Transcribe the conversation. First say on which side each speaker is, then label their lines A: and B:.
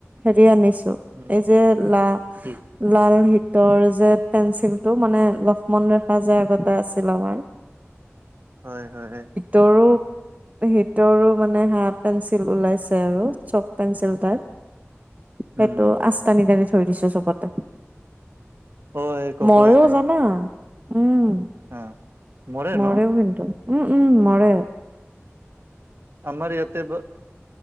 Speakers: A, on the right; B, on the right.
A: হেৰি আনিছো,
B: উম
A: এই যে লা-
B: কি
A: লাল হীতৰ যে পেঞ্চিল টো মানে লক্ষ্মণ ৰেখা যে আগতে আছিল আমাৰ।
B: হয় হয়।
A: তৰো হিতৰো মানে হাঁ পেঞ্চিল ওলাইছে আৰু চক পেঞ্চিল টাইপ। সেইটো
B: উম
A: আস্তা নিদিয়াকে থৈ দিছো চবতে।
B: অ এই কক্ৰচ
A: মইও জানা, উম।
B: আঁ মৰে
A: মৰেও
B: ন।
A: কিন্তু উম উম মৰে
B: আমাৰ ইয়াতে ব